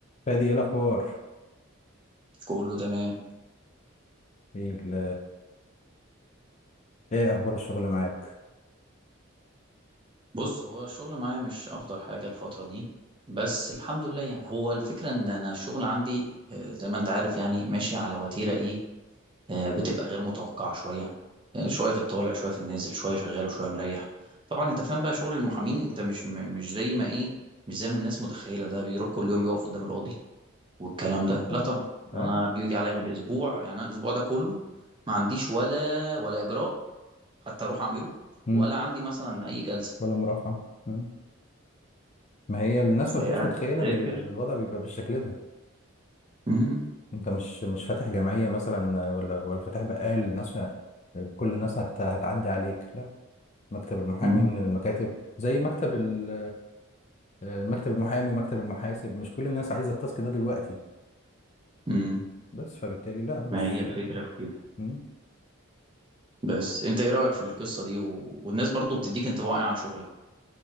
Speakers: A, on the left; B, on the right.
A: فادي ايه الاخبار
B: كله تمام
A: ايه ال- ايه اخبار الشغل معاك
B: بص هو الشغل معايا مش افضل حاجة الفترة دي بس الحمد لله يعني هو الفكرة ان انا الشغل عندي آه، زي ما انت عارف يعني ماشي على وتيرة ايه آه، بتبقى غير متوقعة شوية آه، شوية في الطالع شوية في النازل شوية شغال وشوية مريح طبعا انت فاهم بقى شغل المحامين انت مش م- مش زي ما ايه مش زي ما الناس متخيلة ده بيروح كل يوم يقف قدام القاضي والكلام ده
A: لا طبعا
B: لا طبعا
A: اه
B: انا بيجي عليا بالاسبوع يعني انا الاسبوع ده كله ما عنديش ولا ولا اجراء حتى اروح اعمله
A: امم
B: ولا عندي مثلا اي جلسة
A: ولا مرافعه مم. ما هي الناس
B: فهي
A: ما بتبقاش
B: قاعد
A: متخيله
B: بتذاكر
A: ان ال- الوضع بيبقى بالشكل ده
B: مم.
A: انت مش مش فاتح جمعيه مثلا ولا ولا فاتح بقال الناس كل الناس هت هتعدي عليك لا مكتب المحامي
B: مم.
A: من المكاتب زي مكتب ال آه، مكتب المحامي ومكتب المحاسب مش كل الناس عايزه التاسك ده دلوقتي
B: مم.
A: بس فبالتالي لا مش
B: ما هي الفكرة في كده
A: مم.
B: بس انت ايه رأيك في القصة دي و... والناس برضو بتديك انطباع ايه عن شغلك